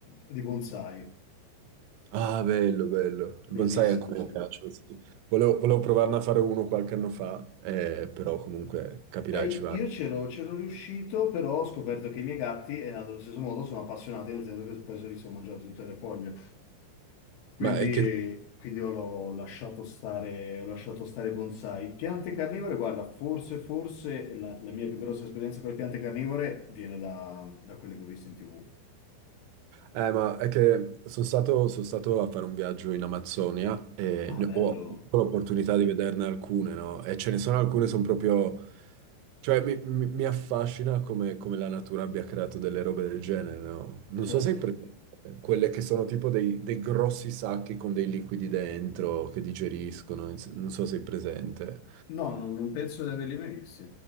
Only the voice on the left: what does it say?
di bonsai,
bellissimi,
sì.
Eh,
io c'ero c'ero riuscito, però ho scoperto che i miei gatti, eh, allo stesso modo, sono appassionati, nel senso che poi se li sono mangiati tutte le foglie. Quindi,
quindi io l'ho lasciato stare, ho lasciato stare i bonsai. Piante carnivore, guarda, forse, forse la, la mia più grossa esperienza con le piante carnivore viene da, da quelle che ho visto in TV.
Ah,
bello,
bello.
Certo.
No, non, non penso di averli mai visti.